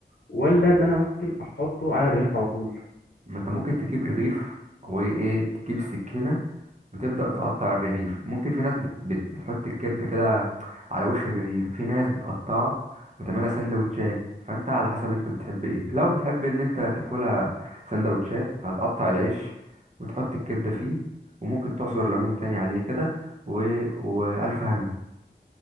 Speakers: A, on the left; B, on the right.
A: ولا ان انا ممكن احطه على الرغيف على طول
B: ما انت ممكن تجيب رغيف او ايه إيه، تجيب السكينه وتبدأ تقطع الرغيف ممكن في ناس بت بت بتحط الكبدة كده على وش الرغيف في ناس بتقطعها وتعملها سندوتشات فانت على حسب انت بتحب ايه لو بتحب ان انت تاكلها سندوتشات هتقطع العيش وتحط الكبدة فيه وممكن تعصر ليمون تاني عليه كده و... وألف هنا